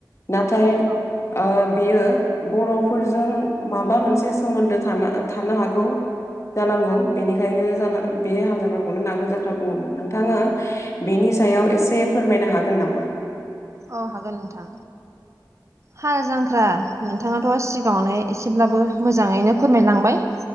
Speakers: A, on the left (about 40°); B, on the right (about 40°).
A: नाथाय
B: औ नोंथां
A: ओ बियो बर'फोरजों माबा मोनसे सोमोन्दो थाना थानो हागौ। जानांगौ बेनिखायनो जाना बे हाल जांख्राखौनो नांगोल जांख्रा बुङोमोन नोंथाङा बेनि सायाव एसे फोरमायनो हागोन नामा?
B: अ हागोन नोंथां। हाल जांख्रा नोंथाङाथ' सिगाङावनो एसेब्लाबो मोजाङैनो फोरमायलांबाय।